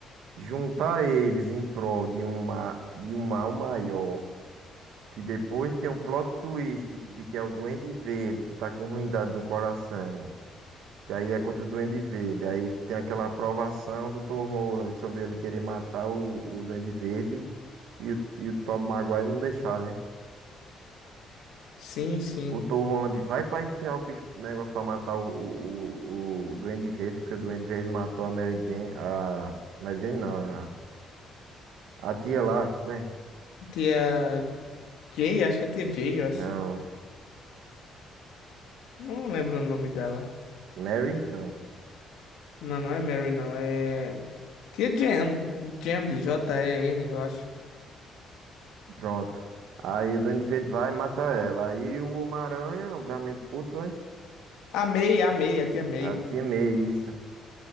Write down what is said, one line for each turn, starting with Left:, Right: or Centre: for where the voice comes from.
Right: juntar eles em prol de uma, de um mal maior, que depois tem um plot twist de, que de que é o Duende Verde, que tá com ruindade no coração, que aí é contra o Duende Verde, aí tem aquela aprovação do Tom Holland sobre ele querer matar o, o Duende Verde e o, e o Tobey Maguire não deixar, né?
Left: Sim, sim.
Right: O Tom Holland vai pra enfiar o bicho, negócio pra matar o, o, o, o Duende Verde, porque o Duende Verde matou a Mary Jane, a Mary Jane não, a, a tia lá, né?
Left: Tia Jay, acho que é Tia Jay, eu acho.
Right: Não,
Left: Não lembro o nome dela.
Right: Mary? Não,
Left: Não, não é Mary, não. É Tia Jan. Jan de J-E-N, eu acho.
Right: pronto. Aí o Duende Verde vai e mata ela. Aí o Homem-Aranha, obviamente puto, né?
Left: A May, a May, a Tia May.
Right: A tia May, isso.